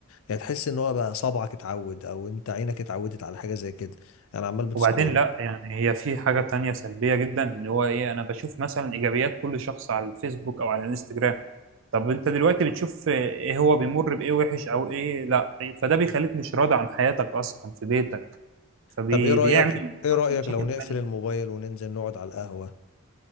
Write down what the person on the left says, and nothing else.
يعني تحس ان هو بقى صبعك اتعود او انت عينك اتعودت على حاجه زي كده يعني عمال بتسكرول
طب ايه رايك ايه
رايك
لو نقفل
الموبايل وننزل نقعد على القهوه